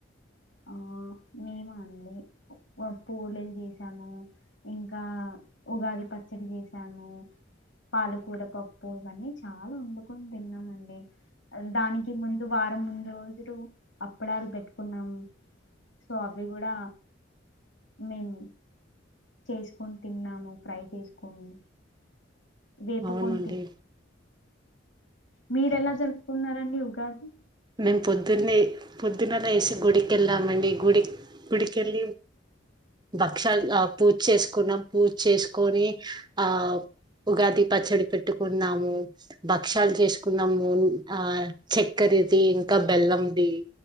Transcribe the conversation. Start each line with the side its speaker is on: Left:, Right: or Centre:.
Left: ఆ మేమా అండి పూలలు చేసాము ఇంకా ఉగాది పచ్చడి చేసాము పాలకూర పప్పు ఇవన్నీ చాలా వండుకొని తిన్నామండి దానికి ముందు వారం ముందు రోజులు అప్పడాలు పెట్టుకున్నాము సో అవి కూడా మేము చేసుకొని తిన్నాము ట్రై చేసుకొని వేపు
Right: అవునండి
Left: కొంతీ మీరెలా జరుపుకున్నారండి ఉగాది
Right: నేను పొద్దున్నే పొద్దున లేేసి గుడి కెళ్దామండి గుడి గుడికెళ్ళి భక్షాలు ఆ పూజ చేసుకున్నాం పూజ చేసుకొని ఆ ఉగాది పచ్చడి పెట్టుకున్నాము భక్షాలు చేసుకున్నాము ఆ చక్కర ఇంకా బెల్లంది